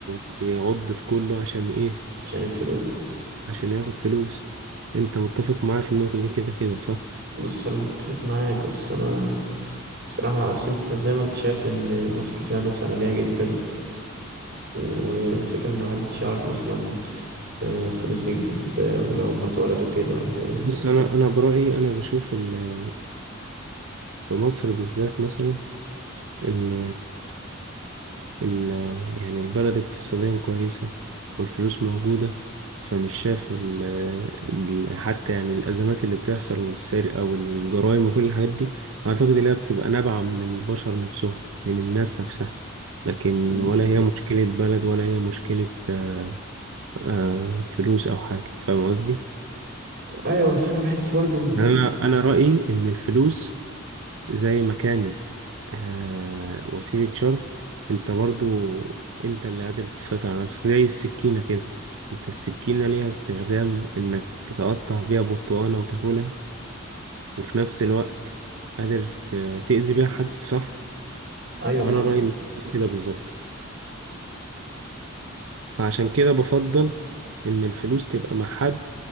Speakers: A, on the right; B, on the right.
A: بيعض في كله عشان إيه
B: عشان الفلوس
A: عشان ياخد فلوس أنت متفق معايا في النقطة دي كده كده صح؟
B: بص انا متفق معاك بس انا الصراحة بس انت زي ما انت شايف ان مصر فيها ناس أغنياء جدا وفكرة ان محدش يعرف مثلا آه، فلوس دي جت ازاي ولا هم اتولدوا كده ولا ايه
A: بص أنا أنا برأيي أنا بشوف ال- في مصر بالذات مثلا إن ال- يعني البلد اقتصاديا كويسة والفلوس موجودة فمش شايف ال- ال- حتى يعني الأزمات اللي بتحصل والسرقة والجرائم وكل الحاجات دي أعتقد إنها بتبقى نابعة من البشر نفسهم من الناس نفسها لكن
B: مم.
A: ولا هي مشكلة بلد ولا هي مشكلة آه، آه، فلوس أو حاجة فاهم قصدي؟
B: ايوه بس انا بحس برضه ان
A: يعني
B: يعني
A: أنا أنا رأيي إن الفلوس زي ما كانت آه وسيلة شر انت برضو انت اللي قادر تسيطر على نفسك زي السكينة كده انت السكينة ليها استخدام انك تقطع بيها برتقانة وتاكلها وفي نفس الوقت قادر ت- تأذي بيها حد صح
B: ايوه بالظبط
A: انا رأيي إن كده بالظبط فعشان كده بفضل ان الفلوس تبقى مع حد